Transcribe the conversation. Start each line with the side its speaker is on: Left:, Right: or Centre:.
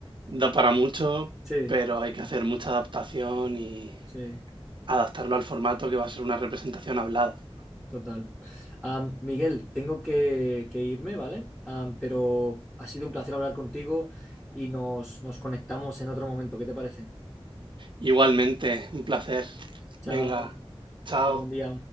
Right: da para mucho,
Centre: sí,
Right: pero hay que hacer mucha adaptación y
Centre: sí,
Right: adaptarlo al formato que va a ser una representación hablada.
Centre: total. Am, Miguel, tengo que, que irme, ¿vale? Am, pero ha sido un placer hablar contigo y nos, nos conectamos en otro momento. ¿Qué te parece?
Right: Igualmente, un placer.
Centre: Chao,
Right: Venga, chao.
Centre: chao, buen día.